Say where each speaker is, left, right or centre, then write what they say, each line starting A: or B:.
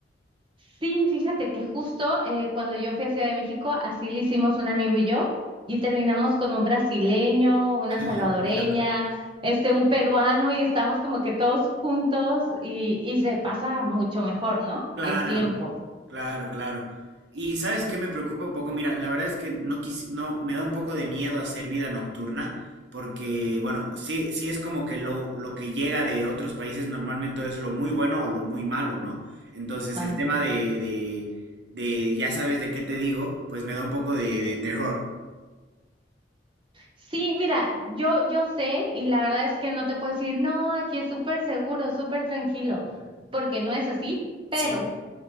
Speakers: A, on the right; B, on the right.
A: Sí, fíjate que justo eh, cuando yo fui a Ciudad de México, así le hicimos un amigo y yo, y terminamos con un brasileño, una
B: <laughs>
A: salvadoreña,
B: Qué loco.
A: este, un peruano, y estábamos como que todos juntos y, y se pasa mucho mejor, ¿no?
B: Claro,
A: El tiempo.
B: claro, claro. Y sabes qué me preocupa un poco, mira, la verdad es que no quisi- no, me da un poco de miedo hacer vida nocturna, porque bueno, sí, sí es como que lo, lo que llega de otros países normalmente es lo muy bueno o lo muy malo, ¿no? Entonces
A: Ah.
B: el tema de, de, de ya sabes de qué te digo, pues me da un poco de, de terror.
A: Sí, mira, yo, yo sé y la verdad es que no te puedo decir, no, aquí es súper seguro, súper tranquilo, porque no es así, pero...
B: Sí.